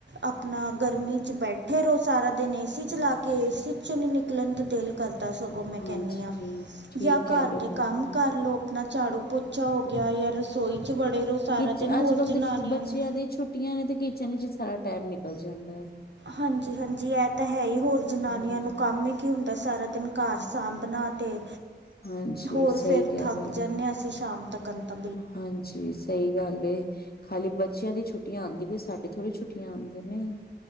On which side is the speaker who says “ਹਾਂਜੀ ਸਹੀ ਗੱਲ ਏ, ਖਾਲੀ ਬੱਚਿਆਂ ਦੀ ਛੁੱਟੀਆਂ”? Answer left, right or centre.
Left